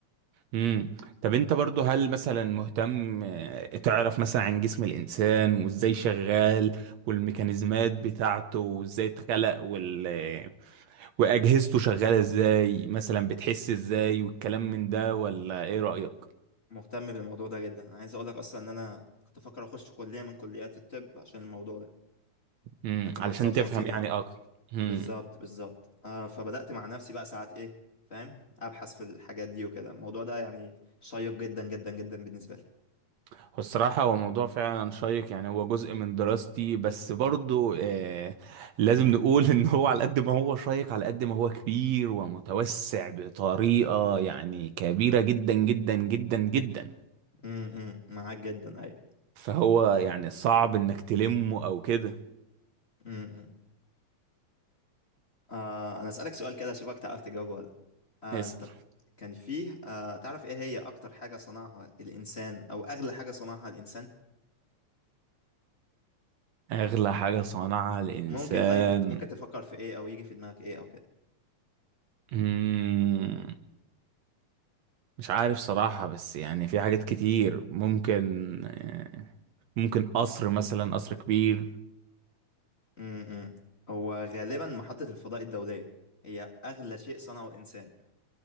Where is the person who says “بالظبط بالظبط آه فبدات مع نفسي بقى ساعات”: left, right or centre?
Left